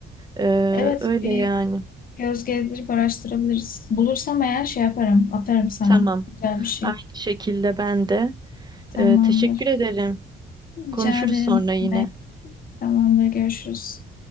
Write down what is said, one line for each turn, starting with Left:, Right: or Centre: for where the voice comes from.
Right: Ee,
Left: Evet
Right: öyle
Left: bir
Right: yani.
Left: göz gezdirip araştırabiliriz. Bulursam eğer şey yaparım, atarım sana.
Right: Tamam.
Left: Güzel bir şey.
Right: Aynı şekilde ben de.
Left: Tamamdır.
Right: Ee, teşekkür ederim.
Left: Rica
Right: Konuşuruz
Left: ederim.
Right: sonra yine.
Left: Demek. Tamamdır. Görüşürüz.